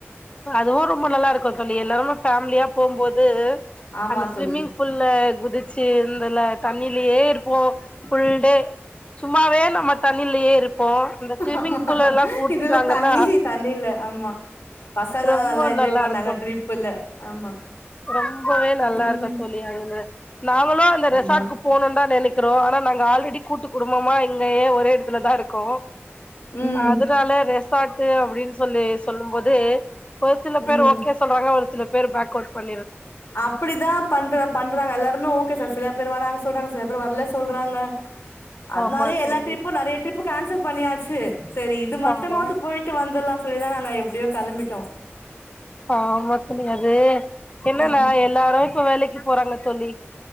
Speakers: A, on the left; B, on the left.
A: அதுவு ரொம்ப நல்லா இருக்கு தோழி எல்லாருமா ஃபேமிலியா போம்போது
B: ஆமா
A: அந்த ஸ்விம்மிங்
B: தோழி
A: ஃபூல்ல குதிச்சி ந்துல தண்ணிலேயே இருப்போ ஃபுல்டே சும்மாவே நம்ம தண்ணி லியே இருப்போ இந்த ஸ்விம்மிங்
B: ஆமா
A: ஃபூல்லெல்லா குடுத்துட்டாங்கன்னா
B: இதுல தண்ணி தண்ணில ஆமா பசங்கதா
A: ரொம்ப
B: நல்லா என்ஜாய் பண்ணாங்க
A: இருக்கு
B: ட்ரிப்புல ஆமா
A: ரொம்பவே நல்லா
B: ம்
A: இருக்கோ தோழி அங்கன நாங்களு அந்த
B: ஆமா
A: ரெசார்ட்கு போணோம்னு தா நெனைக்கிறோ ஆனா நாங்க ஆல்ரெடி கூட்டுக் குடும்போ மா இங்கயே ஒரே எடத்துல தா இருக்கோ
B: ம்
A: அதனால ரெசாட் அப்டின்னு சொல்லி சொல்லும் போதே ஒரு சில பேர்
B: ம்
A: ஓகே சொல்றாங்க ஒரு சில பேர் பேக் அவுட் பண்
B: அப்டிதா பண்ற பண்றாங்க எல்லாருமே ஓகே சார் சில பேர் வராங்க சொல்றாங்க சில பேரு வர்ல சொல்றாங்க அத்னாலே
A: ஆமா
B: எல்லா
A: தோழி
B: ட்ரிப்பு நறைய ட்ரிப் கேன்சல் பண்ணியாச்சி சேரி இது மட்டமாது
A: ஆமா
B: போயிட்டு வந்துலா சொல்லிதா நா நா எப்டியோ கெளம்பிட்டோ
A: ஆமா தோழி அது என்னன்னா
B: ம்
A: எல்லாரு இப்ப வேலைக்கு போறாங்க தோழி